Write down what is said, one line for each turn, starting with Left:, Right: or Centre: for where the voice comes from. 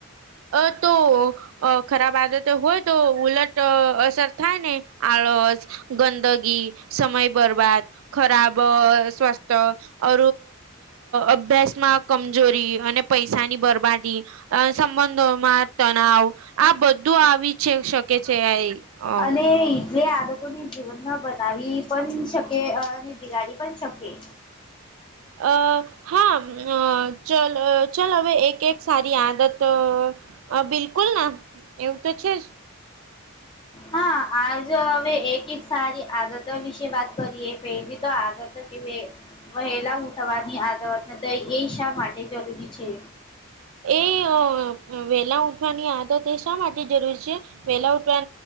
Right: અ તો ખરાબ આદતે હોય તો ઉલટ અસર થાય ને. આળસ, ગંદગી, સમય બરબાદ, ખરાબ સ્વાસ્થ. અ અભ્યાસ માં કમજોરી અને પૈસાની બરબાદી. સંબંધોમાં તનાવ, આ બધું આવી છે શકે છે આ.
Left: અને એટલે આદતોને જીવનમાં બનાવી પણ શકે અને બિગાડી પણ શકે.
Right: અ હા ચ ચાલ હવે એક એક સારી આદત, બિલકુલ ના એવું તો છે જ.
Left: હા આજ હવે એક એક સારી આદતો વિશે વાત કરીએ પહેલી તો આદતો કે વહેલા ઉઠવાની આદત હ દય એ શા માટે જરૂરી છે?
Right: એ વેલા ઉઊઠવાની આદત એ શા માટે જરૂરી છે? વેલા ઉઠવા